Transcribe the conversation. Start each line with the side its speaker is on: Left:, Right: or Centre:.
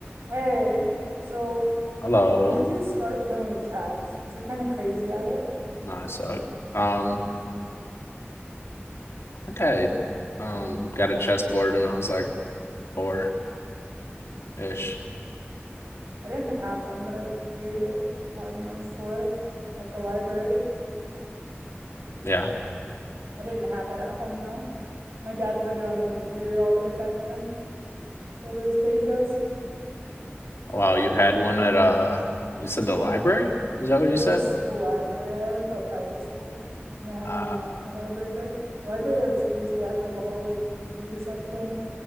Right: Hey, so
Left: Hello.
Right: when did you start playing chess? Because you're kind of crazy at it.
Left: No, I suck. Um, I think I um got a chessboard and I was like four ish.
Right: I didn't have one, but I played it probably when I was four-ish at the library.
Left: Yeah.
Right: I didn't have it at home though. My dad played it on the computer all the way back then. Still to this day, he does.
Left: Oh, Wow, you had one at uh you said the library? Is that what
Right: It
Left: you
Right: was
Left: said?
Right: the school library. I went to a private school, and they had
Left: Uh,
Right: one in like the library there. The library there was fancy. It had like a whole like computer section.